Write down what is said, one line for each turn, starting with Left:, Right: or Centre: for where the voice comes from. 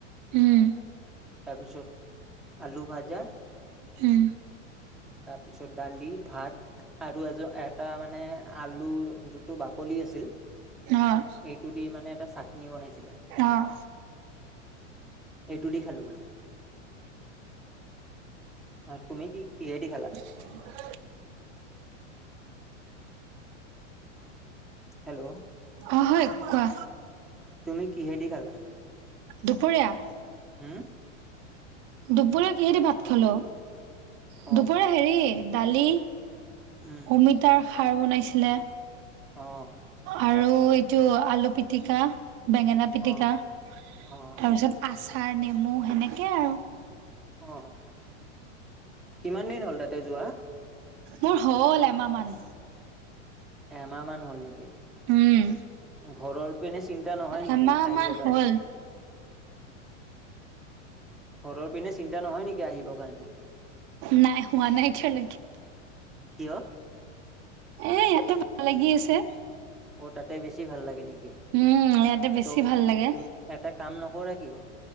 Right: উম।
Centre: তাৰপিছত আলু ভাজা।
Right: উম।
Centre: তাৰপিছত দালি, ভাত আৰু এজন এটা মানে আলুৰ যোনটো বাক বাকলি আছিল
Right: অ',
Centre: এইটো দি মানে এটা চাটনি বনাইছিলে।
Right: অ',
Centre: এইটোদি খালো মানে। তুমি কি কিহেদি খালা?
Right: <inaudible>
Centre: হেল্ল'।
Right: অ', হয় কোৱা?
Centre: তুমি কিহেদি খালা?
Right: দুপৰীয়া?
Centre: হম।
Right: দুপৰীয়া কিহেদি ভাত খালো? দুপৰীয়া
Centre: অ'
Right: হেৰি দালি।
Centre: উম
Right: অমিতাৰ খাৰ বনাইছিলে।
Centre: অ'।
Right: আৰু এইটো আলু পিটিকা, বেঙেনা পিটিকা
Centre: অ'
Right: তাৰপিছত।
Centre: অ'
Right: আচাৰ, নেমু সেনেকেই আৰু।
Centre: অ', কিমান দিন হ'ল তাতে যোৱা?
Right: মোৰ হ'ল এমাহ মান।
Centre: এমাহ মান হ'ল নেকি?
Right: উম,
Centre: ঘৰৰ পিনে চিন্তা নহয় নেকি
Right: এমাহ
Centre: আহিব
Right: মান হ'ল,
Centre: কাৰণে? ঘৰৰ পিনে চিন্তা নহয় নেকি আহিবৰ কাৰণে?
Right: নাই হোৱা নাই এতিয়ালৈকে।
Centre: কিয়?
Right: এ ইয়াতে ভাল লাগি আছে।
Centre: অ', তাতে বেছি ভাল লাগে নেকি?
Right: উম, ইয়াতে বেছি
Centre: ত,
Right: ভাল লাগে।
Centre: তুম এটা কাম নকৰা কিয়?